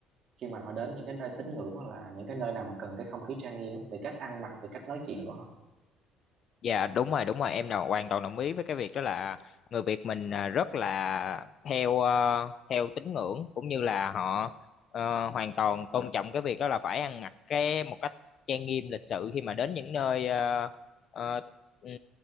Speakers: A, on the right; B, on the left.
A: khi mà họ đến những cái nơi tín ngưỡng hoặc là những cái nơi nào mà cần cái không khí trang nghiêm á, về cách ăn mặc về cách nói chuyện của họ
B: Dạ đúng rồi đúng rồi em nào hoàn toàn đồng ý với cái việc đó là người Việt mình à, rất là theo ờ, theo tín ngưỡng cũng như là họ ờ, hoàn toàn tôn trọng cái việc đó là phải ăn mặc cái một cách trang nghiêm lịch sự khi mà đến những nơi ờ, ờ, ừm,